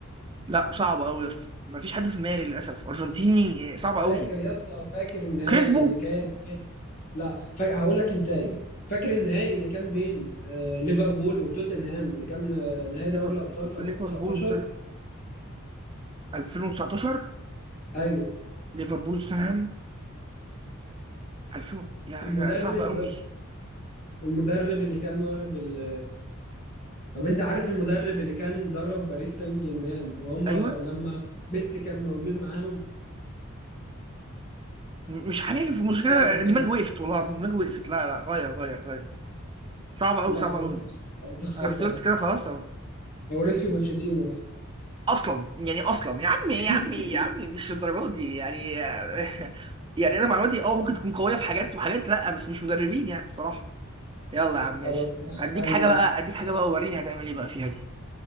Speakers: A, on the right; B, on the left.
A: لا صعبه قوي يا اسطى ما فيش حد في دماغي للاسف ارجنتيني آه، صعبه قوي
B: فاكر يا اسطى فاكر النهائي
A: كريسبو
B: اللي كان بين- لا فا... هقول لك انتهي فاكر النهائي اللي كان بين آه ليفربول وتوتنهام اللي كان آه نهائي
A: ليفربول
B: دوري الابطال في 2019
A: ليفربول وتر- 2019
B: ايوه
A: ليفربول وتوتنهام 2000 يعني
B: المدرب
A: صعبة قوي
B: المدرب اللي كان واخد ال... طب انت عارف المدرب اللي كان درب باريس سان جيرمان وهم
A: ايوه
B: لما ميسي كان موجود معاهم
A: م- مش عارف المشكله
B: بدأنا كده
A: دماغي وقفت والله العظيم دماغي وقفت لا لا غير غير غير صعبة قوي
B: لا
A: صعبة
B: خلاص
A: قوي
B: انت خسرت
A: انا خسرت
B: اصلا
A: كده خلاص اهو
B: موريسيو بوتشيتينو
A: اصلا يعني اصلا يا عم يا
B: <laughs>
A: عم يا عم مش الدرجات دي يعني <laughs> يعني انا معلوماتي اه ممكن تكون قويه في حاجات وحاجات لا بس مش مدربين يعني الصراحه يلا يا عم
B: خلاص
A: ماشي
B: ماشي
A: هديك
B: اسألني
A: حاجه
B: انت
A: بقى هديك حاجه بقى ووريني هتعمل ايه بقى فيها دي